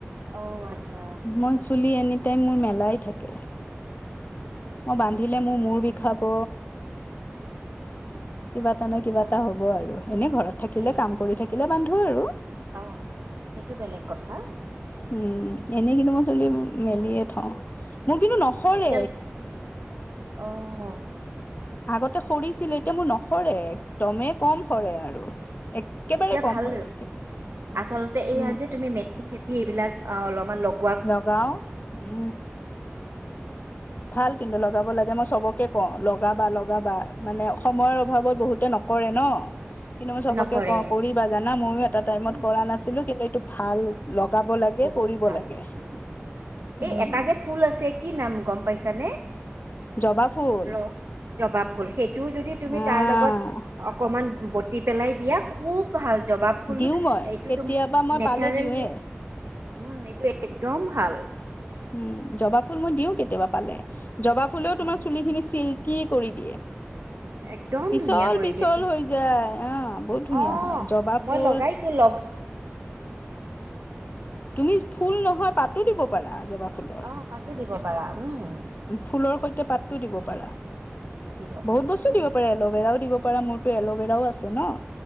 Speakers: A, on the right; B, on the left.
A: অ', আচ্ছা।
B: মই চুলি এনি টাইম মোৰ মেলাই থাকে। মই বান্ধিলে মোৰ মূৰ বিষাব কিবা এটা নহয় কিবা
A: অ',
B: এটা হব আৰু এনে ঘৰত থাকিলে
A: সেই
B: কাম কৰি থাকিলে। বান্ধো আৰু
A: অ', সেইটো বেলেগ কথা
B: উম', এনেই কিন্তু মই চুলি মেলিয়ে থওঁ মোৰ কিন্তু নসৰে
A: আহ এতিয়া আহ
B: আগতে সৰিছিলে। এতিয়া মোৰ নসৰে একদমেই কম সৰে আৰু একেবাৰে
A: উ', এতিয়া
B: কম
A: ভাল
B: সৰে
A: আচলতে এইয়া
B: উম
A: যে তুমি মেথি চেঠি এইবিলাক অলপমান লগ
B: লগাও উ, ভাল কিন্তু, লগাব লাগে মই চবকে কওঁ লগাবা-লগাবা মানে সময়ৰ অভাৱত বহুতে নকৰে ন।
A: <inaudible>
B: কিন্তু, মই চবকে
A: নকৰে।
B: ক‌ওঁ কৰিবা জানা মইয়ো এটা টাইমত
A: উম
B: কৰা নাছিলোঁ কিন্তু এইটো ভাল লগাব লাগে,
A: বহুত
B: কৰিব
A: ভাল
B: লাগে।
A: উম
B: উম-উম!
A: এই এটা যে ফুল আছে কি নাম গম পাইছানে?
B: জবা ফুল
A: ৰ জবা ফুল সেইটোও যদি তুমি
B: আহ
A: তাৰ লগত অকমান বটি পেলাই দিয়া খুব ভাল জবা ফুল
B: দিও মই
A: এইটো
B: কেতিয়াবা
A: তুম
B: মই
A: নেচাৰেল
B: পালে দিওঁৱে
A: যে উম! এইটো একদম ভাল।
B: উম! জবা ফুল মই দিওঁ কেতিয়াবা পালে। জবা ফুলেও তোমাৰ
A: অ',
B: চুলিখিনি চিল্কি কৰি দিয়ে।
A: একদম
B: পিছল-পিছল
A: ধুনীয়া কৰি দিয়ে পিছ
B: হৈ যায়, আহ বহুত ধুনীয়া
A: অ
B: হয়। জবা
A: মই
B: ফুল
A: লগাইছো লগ
B: তুমি ফুল নহয় পাতো দিব পাৰা জবা ফুলৰ।
A: অ পাতো দিব পাৰা উম।
B: ফুলৰ সৈতে পাতো দিব পাৰা।
A: দিব পাৰি
B: বহুত বস্তু
A: উম
B: দিব পাৰে এইয়াত। এল'ভেৰাও দিব পাৰা, মোৰতো এল'ভেৰাও আছে ন।